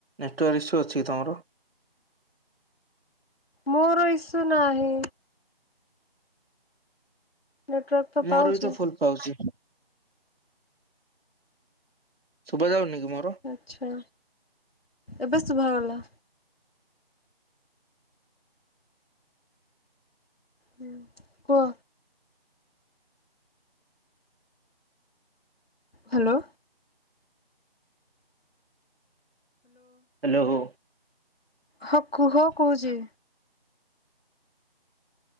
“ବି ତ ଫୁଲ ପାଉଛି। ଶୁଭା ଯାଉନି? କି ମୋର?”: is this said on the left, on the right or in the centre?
Right